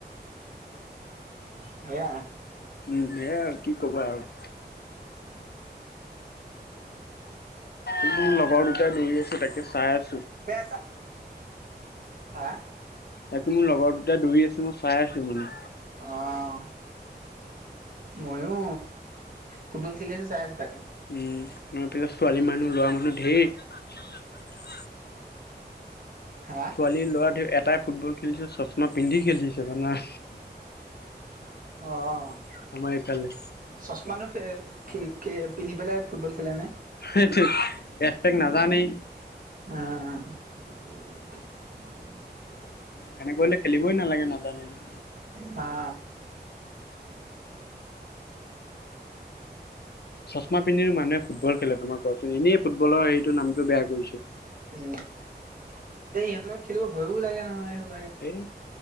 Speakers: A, on the right; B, on the left.
A: সেয়া
B: সেয়াই আৰু কি ক'বা আৰু। মোৰ লগৰ দুটাই দৌৰি আছো তাকে চাই আছ
A: তেচা হা
B: তাকে মোৰ লগৰ দুটা দৌৰি আছে মই চাই আছো মানে।
A: অ' ময়ো ফুটবল খেলি আছো চাই তাকে
B: উ, তাৰ পিছত ছোৱালী মানুহ ল'ৰা মানুহ ধেৰ
A: হা
B: ছোৱালী লৰা ধ এটাই ফুটবল খেলিছে চশমা পিন্ধি খেলিছে জানা।
A: অ'
B: আমাৰ এইফালে।
A: চচমানো খ কে পিনি পেলাই ফুটবল খেলে নে?
B: সেটো কেছপেক নাজানেই।
A: অ <inaudible>
B: সেনে কৰিলে খেলিবই নালাগে নাজানিলে।
A: হা
B: চশমা পিন্ধিল মানুহে ফুটবল খেলে তোমাৰ কোৱাচোন এনেই ফুটবলৰ সেইটো নামটো বেয়া কৰিছে।
A: এতিয়া ইহঁতৰ লগত খেলিব ভয়ো লাগে নহয়, সেইসোপ
B: এ